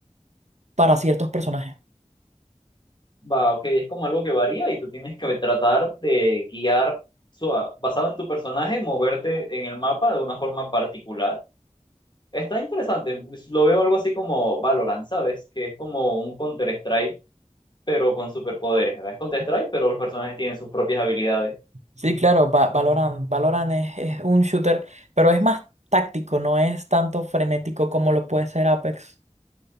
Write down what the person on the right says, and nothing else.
para ciertos personajes.
Sí, claro, Va- Valorant, Valorant es, es un shooter, pero es más táctico, no es tanto frenético como lo puede ser Apex.